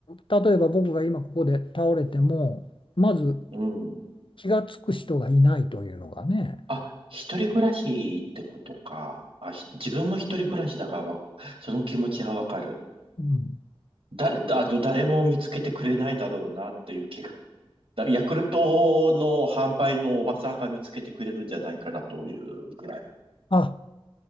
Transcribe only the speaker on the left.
例えば僕が今ここで倒れても、まず
気がつく人がいないというのがね、
うん、
あ、